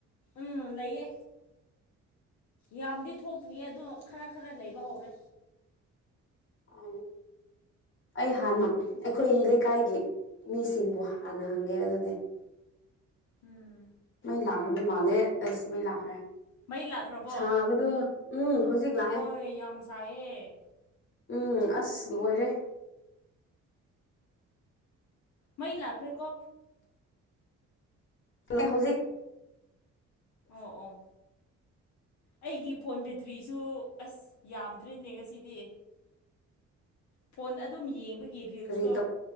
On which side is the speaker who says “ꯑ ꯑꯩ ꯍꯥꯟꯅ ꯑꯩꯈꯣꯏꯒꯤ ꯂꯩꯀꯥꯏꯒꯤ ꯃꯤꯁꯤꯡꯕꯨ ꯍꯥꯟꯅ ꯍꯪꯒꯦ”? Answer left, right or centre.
Left